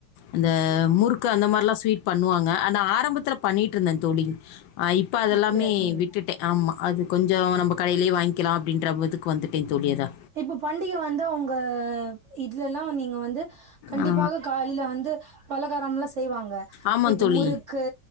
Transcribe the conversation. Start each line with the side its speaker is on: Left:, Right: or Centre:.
Left: அந்த முறுக்கு அந்த மாரிலா ஸ்வீட் பண்ணுவாங்க நா ஆரம்பத்துல பண்ணிட்டு இருந்தேன் தோளி இப்ப அதெல்லாமே
Right: அப்டியா தோழி.
Left: விட்டுட்டே ஆமா அது கொஞ்சோ நம்ப கடையிலேயே வாங்கிக்கலா அப்டின்ற இதுக்கு வந்துட்டே தோளி அதோ
Right: இப்போ பண்டிக வந்தா உங்க இதுலல்லா நீங்க வந்து கண்டிப்பாக
Left: ஆ
Right: காலில வந்து பலகாரம்ல்லா செய்வாங்க
Left: ஆமாம்
Right: இப்போ
Left: தோழி
Right: முறுக்கு